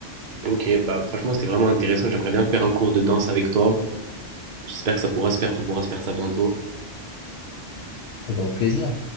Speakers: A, on the right; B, on the left.
A: Ok, bah franchement, c'était vraiment intéressant. J'aimerais bien faire un cours de danse avec toi. J'espère que ça pourra se faire, qu'on pourra se faire ça bientôt.
B: Et bah, au plaisir.